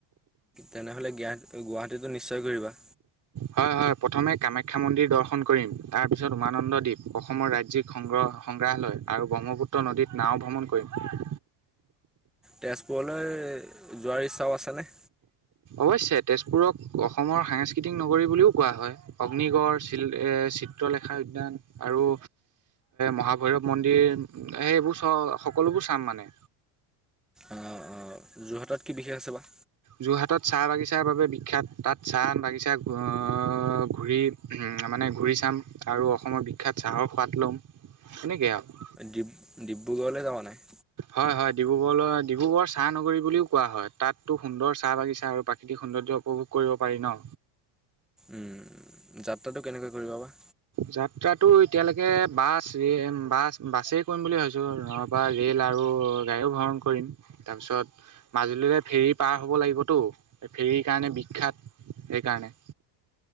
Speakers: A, in the centre; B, on the right.
A: তেনেহলে গীয়া- গুৱাহাটীতটো নিশ্চয় ঘুৰিবাঁ
B: হয়' হয়' প্ৰথমে কামাখ্যা মন্দিৰ দৰ্শন কৰিম, তাৰপিছত উমানন্দদ্বীপ অসমৰ ৰাজ্যিক সংগ্ৰহ সংগ্ৰাহালয় আৰু ব্ৰহ্মপুত্ৰ নদীত নাও ভ্ৰমণ কৰিম।
A: তেজপুৰলৈ যোৱাৰ ইচ্ছাও আছেনে?
B: অৱশ্যে তেজপুৰক, অসমৰ সাংস্কৃতিক নগৰী বুলিও কোৱা হয়। অগ্নিগড় চিল এ চিত্ৰলেখা উদ্যান আৰু মহাভৈৰৱ মন্দিৰ সেইবোৰ চ' সকলোবোৰ চাম মানে।
A: অ অ যোৰহাটত কি বিশেষ আছে বা?
B: যোৰহাটত চাহ বাগিচাৰ বাবে বিখ্যাত তাত চাহ বাগিচা ঘ ঘূৰি উম মানে ঘূৰি চাম আৰু অসমৰ বিখ্যাত চাহৰ সোৱাদ ল'ম সেনেকেই আৰু।
A: ডি ডিব্ৰুগড়লৈ যাব নাই?
B: হয় হয় ডিব্ৰুগড়লৈ ডিব্ৰুগড় চাহ নগৰী বুলিও কোৱা হয় তাতো সুন্দৰ চাহ বাগিচা আৰু প্ৰাকৃতিক সৌন্দৰ্য। উপভোগ কৰিব পাৰি ন।
A: উম যাত্ৰাটো কেনেকৈ কৰিব বা?
B: যাত্ৰাটো এতিয়ালৈকে বাছ বাছ বাছেই কৰিম বুলি ভাবিছোঁ। বা ৰে'ল আৰু গাড়ীও ভ্ৰমণ কৰিম। তাৰপিছত মাজুলীৰে ফেৰী পাৰ হ'ব লাগিবতো এই ফেৰীৰ কাৰণে বিখ্যাত সেইকাৰণে।